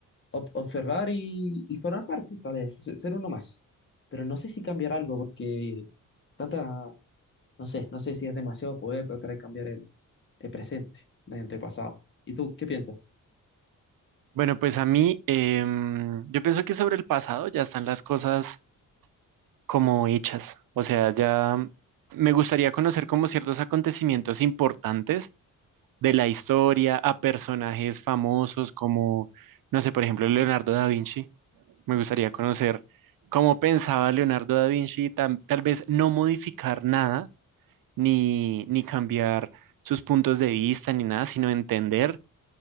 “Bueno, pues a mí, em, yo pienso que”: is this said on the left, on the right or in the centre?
Right